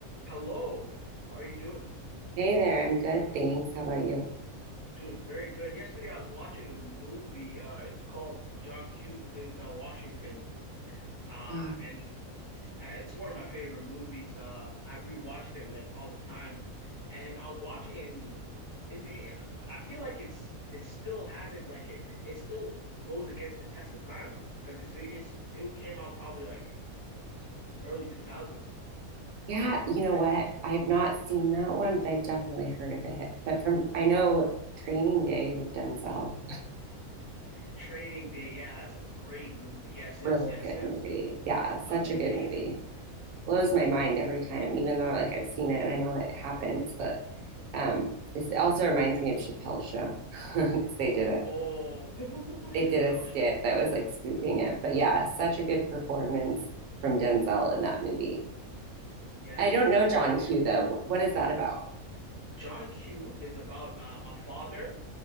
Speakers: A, on the left; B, on the right.
A: Hello, how are you doing?
B: Hey there, I'm good, thanks. How about you?
A: I'm doing very good. Yesterday I was watching a movie. Uh, it's called John Q with Denzel Washington. Uh,
B: Oh,
A: and uh, it's one of my favorite movies. Uh, I rewatched it like all the time, and I was watching it. And it, it- I feel like it's it still hasn't like it. It still goes against the test of time because it's it's it came out probably like early 2000s.
B: yeah, you know
A: And
B: what? I have not seen that one, but I've definitely heard of it. But from I know
A: mm,
B: Training Day with Denzel,
A: Training Day, yeah, that's a great movie. Yes, yes,
B: really
A: yes,
B: good
A: yes.
B: movie. Yeah,
A: Amazing
B: such a good movie.
A: movie.
B: Blows my mind every time, even though like I've seen it and I know what happens. But um, it also reminds me of Chappelle's show <laughs> because they did a
A: Oh, <laughs> Chappelle
B: they did a skit
A: Show.
B: that was like spoofing it. But yeah, such a good performance from Denzel in that movie.
A: Yeah,
B: I don't
A: he
B: know
A: he.
B: John Q though. Wh- What is that about?
A: John Q is about uh, a father